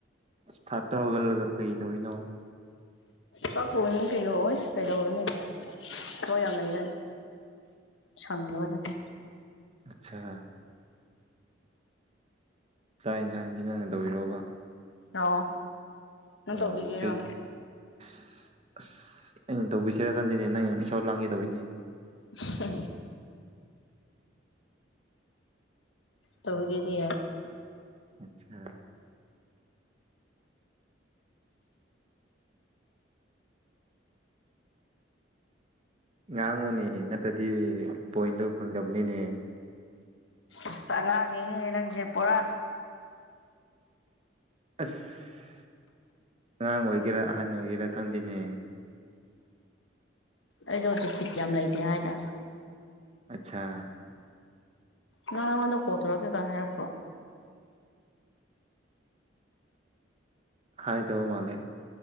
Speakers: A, on the right; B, on the left.
A: ꯐꯥꯞꯇ ꯍꯧꯒꯠꯂꯒ ꯀꯩ ꯇꯧꯤꯅꯣ
B: ꯀꯥꯛꯄꯕꯅꯤ ꯀꯩꯅꯣ ꯑꯣꯏ ꯀꯩꯗꯧꯅꯤꯅꯦ ꯍꯣꯏ ꯌꯥꯝ ꯂꯩꯒꯅꯤ ꯁꯪꯗꯕꯅꯦꯗꯤ
A: ꯑꯆꯥ ꯆꯥꯛ ꯌꯦꯟꯁꯥꯡꯁꯤ ꯅꯪꯅ ꯇꯧꯕꯤꯔꯣꯕ
B: ꯑ ꯅꯪ
A: ꯑꯣ
B: ꯇꯧꯕꯤꯒꯦꯔꯣ
A: ꯀꯩ ꯑꯁ ꯑꯁ ꯑꯩꯅ ꯇꯧꯕꯤꯁꯤꯔꯀꯥꯟꯗꯤꯅꯦ ꯅꯪꯩꯅ ꯏꯁꯥꯎ ꯂꯥꯡꯈꯤ ꯇꯧꯅꯦ
B: ꯍ ꯇꯕꯨ ꯀꯗꯤ
A: ꯑꯆꯥ ꯉꯥꯡꯉꯨꯅꯦ ꯅꯠꯇ꯭ꯔꯗꯤ ꯄꯣꯏꯟꯗꯣ ꯐꯪꯗꯕꯅꯤꯅꯦ
B: ꯑꯁ ꯑꯉꯥꯡꯅꯤꯍꯦ ꯅꯪꯁꯦ ꯄꯨꯔꯥ
A: ꯑꯁ ꯑꯉꯥꯡ ꯑꯣꯏꯒꯦꯔꯥ ꯑꯍꯟ ꯑꯣꯏꯒꯦꯔꯥ ꯈꯪꯗꯦꯅꯦ
B: ꯑꯩꯗꯣ ꯍꯧꯖꯤꯛ ꯐꯤꯛ ꯌꯥꯝ ꯂꯩꯇꯦ ꯍꯥꯏꯇꯥꯔꯦ
A: ꯑꯆꯥ
B: ꯅ ꯑꯩꯉꯣꯟꯗ ꯀꯣꯠꯇꯣꯔꯛ ꯀꯩꯀꯥ ꯍꯥꯏꯔꯛꯄ꯭ꯔꯣ
A: ꯍꯥꯏ ꯇꯧꯕ ꯃꯥꯂꯦ